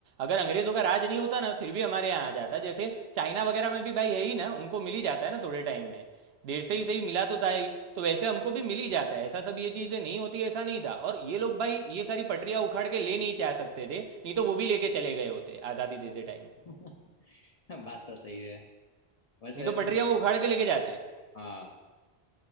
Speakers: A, on the right; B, on the left.
A: अगर अंग्रेज़ों का राज नहीं होता ना फिर भी हमारे यहाँ आ जाता जैसे चाइना वगैरह में भी भाई है ही ना उनको मिल ही जाता है ना थोड़े टाइम में देर से ही सही मिला तो था ही तो वैसे हमको भी मिल ही जाता है ऐसा सब ये चीज़ें नहीं होती ऐसा नहीं था और ये लोग भाई ये सारी पटरियाँ उखाड़ के ले नहीं जा सकते थे नहीं तो वो भी लेके चले गए होते आज़ादी देते टाइम
B: <laughs> बात तो सही है वैसे
A: नहीं तो पटरियाँ उखाड़ के लेके जाते
B: हाँ